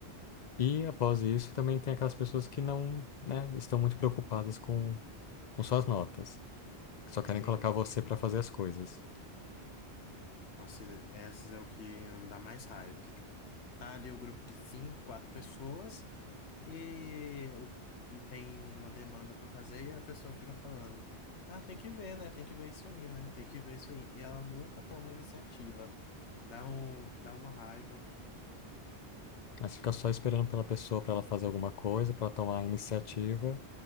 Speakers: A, on the left; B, on the left.
A: E após isso, também tem aquelas pessoas que não, né, estão muito preocupadas com, com suas notas, que só querem
B: Sim.
A: colocar você para fazer as coisas.
B: Nossa, essas é o que dá mais raiva, que tipo, tá ali o grupo de cinco, quatro pessoas e, o- e tem uma demanda pra fazer e a pessoa fica falando, ah, tem que ver, né? Tem que ver isso aí, né? Tem que ver isso aí. E ela nunca toma iniciativa. Dá um, dá uma raiva,
A: Mas fica só esperando pela pessoa para ela fazer alguma coisa, para tomar a iniciativa,